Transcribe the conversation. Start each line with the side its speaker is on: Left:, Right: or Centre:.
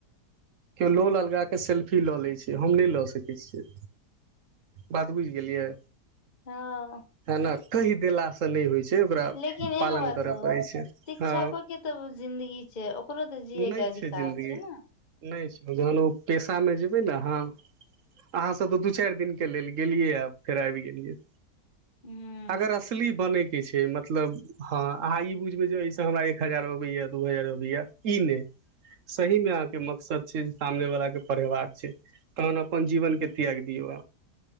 Right: केओ लोल अलगा के सेल्फी लऽ लै छै। से हम नहि लऽ सकै छियै बात बुझि गेलियै
Left: हँ
Right: है ने कहि देला से नहि होय छै। ओकरा
Left: लेकिन एगो
Right: पालन
Left: बात
Right: करय
Left: कहु
Right: पड़ै छै
Left: शिक्षको
Right: हँ
Left: के तऽ जिंन्दगी छै। ओकरो तऽ जियएके
Right: नहि
Left: अधिकार
Right: जिन्दगी
Left: छै न
Right: नहि छै। जहन ओ पेशा मे जेबै नअ अहाँ स तऽ दू चारि दिन के लेल गेलिय फेर आइब गेलिय
Left: हूँ
Right: अगर असली बने के छै। मतलब हँ अहाँ ई बुझबै जे एहिसँ हमरा एक हजार अबैया दू हजार अबैया ई नइ सही मे अहाँ के मकसद छै। सामने वला के पढ़ेबाक छै। तहन अपन जीवन के त्याइग दियौ